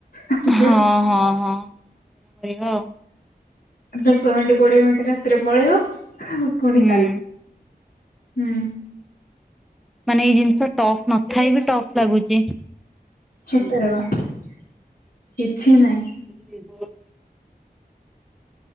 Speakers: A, on the left; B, in the centre.
A: ହେଇଯିବ।
B: ହଁ ହଁ ହଁ ସେଇଆ କରିବା ଆଉ।
A: ଦଶ ମିଣ୍ଟି କୋଡ଼ିଏ ମିଣ୍ଟି ରାତିରେ ପଳେଇବ ଫୁଣି
B: ହୁଁ
A: କାଲା। ହୁଁ।
B: ମାନେ ଏଇ ଜିନିଷ ଟଫ୍ ନଥାଇ ବି ଟଫ୍ ଲାଗୁଚି।
A: ଛତରେ ବା କିଛି ନାଇଁ।
B: ସେହି ହୁଅ